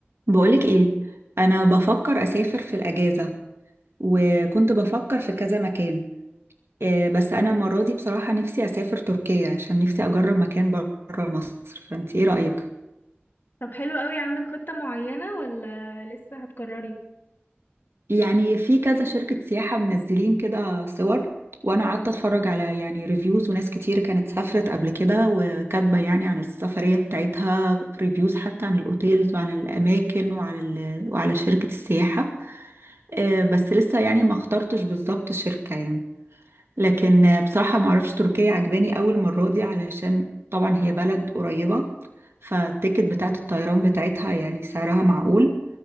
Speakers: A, on the right; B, on the left.
A: بقولك ايه انا بفكر اسافر في الاجازة وكنت بفكر في كذا مكان إيه بس انا المرة دي بصراحة نفسي اسافر تركيا عشان نفسي اجرب مكان بره مصر فانت ايه رأيك
B: طب حلو قوي عندك خطة معينة ولا لسه هتكرري
A: يعني في كذا شركة سياحة منزلين كده صور وانا قعدت اتفرج على يعني ريفيوز وناس كتير كانت سافرت قبل كده وكاتبة يعني عن السفرية بتاعتها ريفيوز حتى عن الاوتيلز وعن الاماكن وعلى ال... وعلى شركة السياحة إيه بس لسه يعني ما اخترتش بالظبط شركة يعني لكن بصراحة ما اعرفش تركيا عجباني اول مرة دي علشان طبعا هي بلد قريبة فالتيكت بتاعة الطيران بتاعتها يعني سعرها معقول